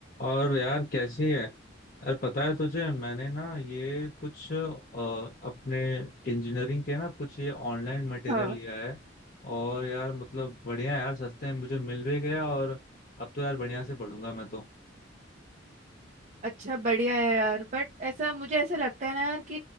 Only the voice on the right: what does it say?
हाँ
अच्छा बढ़िया है यार बट ऐसा मुझे ऐसा लगता है ना यार कि